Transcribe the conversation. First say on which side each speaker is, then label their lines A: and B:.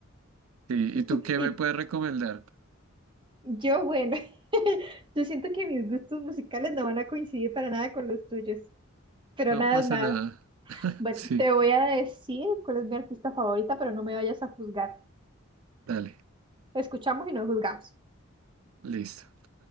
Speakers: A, on the right (about 85°); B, on the right (about 25°).
A: Sí,
B: Y
A: ¿y tú
B: tú,
A: qué
B: y
A: me puedes recomendar?
B: yo, bueno, <laughs> yo siento que mis gustos musicales no van a coincidir para nada con los tuyos. Pero
A: No
B: nada,
A: pasa
B: nada.
A: nada.
B: Bueno,
A: Sí,
B: te voy a decir cuál es mi artista favorita, pero no me vayas a juzgar.
A: dale,
B: Escuchamos y no juzgamos.
A: listo.